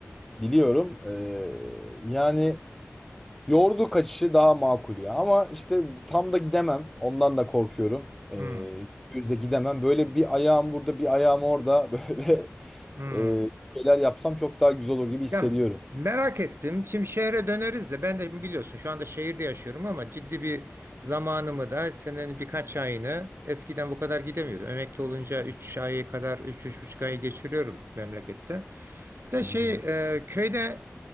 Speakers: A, in the centre; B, on the right (about 60°).
A: biliyorum. E, yani Yoğurdu kaçışı daha makul ya. Ama işte tam da gidemem. Ondan da korkuyorum. Ee,
B: Hmm,
A: yüzde gidemem. Böyle bir ayağım burada, bir ayağım orada. <laughs> Böyle
B: hmm.
A: e, şeyler yapsam çok daha güzel olur gibi hissediyorum.
B: Ya merak ettim. Şimdi şehre döneriz de ben de biliyorsun şu anda şehirde yaşıyorum ama ciddi bir zamanımı da senenin birkaç ayını eskiden bu kadar gidemiyordum. Emekli olunca üç ayı kadar üç üç buçuk ayı geçiriyorum memlekette. De
A: Hı
B: şey
A: hı.
B: e, köyde